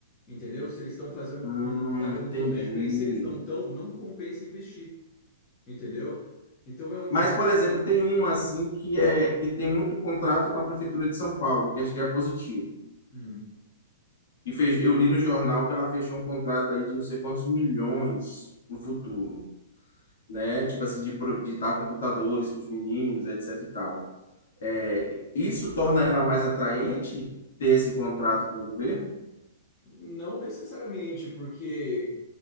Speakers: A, on the left; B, on the left.
A: Entendeu? Se eles estão fazendo
B: Hum,
A: um, um, pagando
B: entendi.
A: um promédio bem, se eles não estão, não compensa investir, entendeu? Então é um estu-
B: Mas, por exemplo, tem uma assim que é que tem muito contrato com a Prefeitura de São Paulo, que acho que é positivo.
A: hum,
B: E fez, eu li no jornal que ela fechou um contrato aí de não sei quantos milhões no futuro, né? Tipo assim, de, pro- de dar computadores para os meninos, etc e tal. É, isso torna ela mais atraente ter esse contrato com o governo?
A: não necessariamente, porque